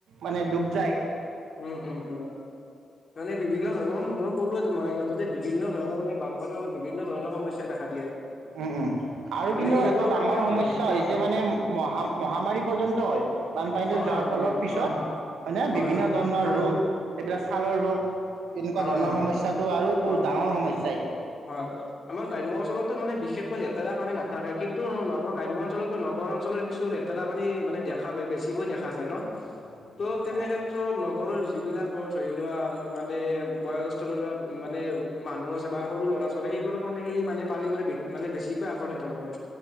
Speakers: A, on the right (about 80°); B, on the left (about 55°).
A: মানে ডুব যায়।
B: উম, উম, উম। মানে বিভিন্ন ধৰণৰ, মই ক'লোৱে তোমাক যে বিভিন্ন ধৰণৰ মানে বানপানীৰ সমত বিভিন্ন ধৰণৰ সমস্যা দেখা দিয়ে।
A: উম উম, আৰু
B: তাৰমানে
A: কিন্তু
B: এইবোৰৰ
A: এটা ডাঙৰ
B: পৰা
A: সমস্যা
B: অ কোৱা
A: হৈছে
B: কোৱা
A: মানে মহা মহামাৰী পৰ্যন্ত হয়, বানপানীটো
B: হয়
A: যোৱাৰ
B: হয়
A: ফলৰ পিছত
B: হয়
A: হয়নে,
B: হয়
A: বিভিন্ন
B: হয় হয় হয়
A: ধৰণৰ ৰোগ এইবিলাক ছালৰ ৰোগ, এনেকুৱা
B: হয়
A: ধৰণৰ
B: হয়
A: সমস্যাতো আৰু
B: হয়
A: ডাঙৰ সমস্যা এইটো।
B: হয়। আমাৰ গ্ৰাম্য অঞ্চলতো মানে বিশেষকৈ লেতেৰা পানী নাথাকে, কিন্তু নগৰ গ্ৰাম্য অঞ্চলতো নগৰ অঞ্চলৰ কিছো লেতেৰা লেতেৰা পানী মানে দেখা পায়, বেছিকৈ দেখা যায় ন।
A: <inaudible>
B: ত' তেনে
A: অ
B: ক্ষেত্ৰত ত নগৰৰ যিবিলাক ধৰি লোৱা মানে বয়োজেষ্ঠ ধৰা মানে, মানুহ আছে বা সৰু ল'ৰা ছোৱালী, সেইবোৰক মানে সেই মানে পানীবোৰে মানে বেছিকৈ আকৰ্ষিত কৰে।